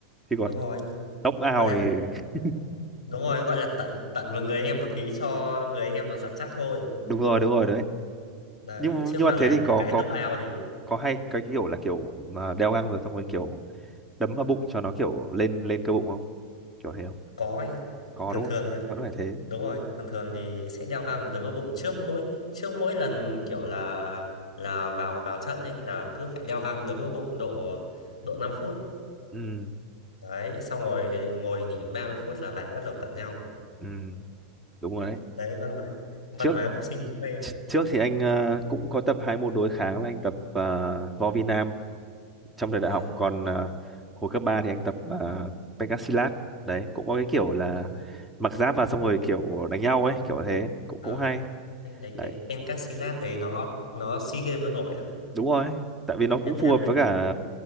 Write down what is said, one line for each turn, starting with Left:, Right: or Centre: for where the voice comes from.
Centre: thì
Left: đúng
Centre: còn
Left: rồi
Centre: knock out
Left: gọi là
Centre: thì <laughs>
Left: đúng rồi gọi là tận tận vào người em một tí cho người em nó rắn chắc thôi
Centre: đúng rồi đúng rồi đấy
Left: đấy
Centre: nhưng
Left: chứ
Centre: nhưng
Left: mà
Centre: mà
Left: làm
Centre: thế thì có
Left: một cái
Centre: có
Left: knock out thì
Centre: có hay cái kiểu là kiểu mà đeo găng rồi xong rồi kiểu đấm vào bụng cho nó kiểu lên lên cơ bụng không kiểu thế không
Left: có
Centre: có
Left: thường
Centre: đúng không
Left: thường ấy,
Centre: vẫn phải thế
Left: đúng rồi thường thường thì sẽ đeo găng và đấm vào bụng trước mỗi trước mỗi lần kiểu là là vào vào trận ấy là cứ phải đeo găng đấm vào bụng độ độ 5 phút
Centre: ừ
Left: đấy xong rồi ngồi nghỉ 30 phút là vào bắt đầu tận nhau
Centre: ừ đúng rồi đấy
Left: đấy văn hóa văn
Centre: trước
Left: hóa boxing giúp em
Centre: trước thì anh ờ, cũng có tập hai môn đối kháng là anh tập ờ, võ việt nam trong thời đại
Left: ờ
Centre: học còn ờ, hồi cấp 3 thì anh tập uh, pencak đấy cũng có cái kiểu là
Left: ờ
Centre: mặc giáp vào xong rồi kiểu đánh nhau ấy kiểu thế cũng
Left: ờ.
Centre: cũng hay
Left: em thấy
Centre: đấy
Left: cái pencasilat đấy nó nó SEA Games nó nổi lắm
Centre: đúng rồi tại vì nó
Left: Việt
Centre: cũng
Left: Nam
Centre: phù hợp
Left: mình
Centre: với cả
Left: nổi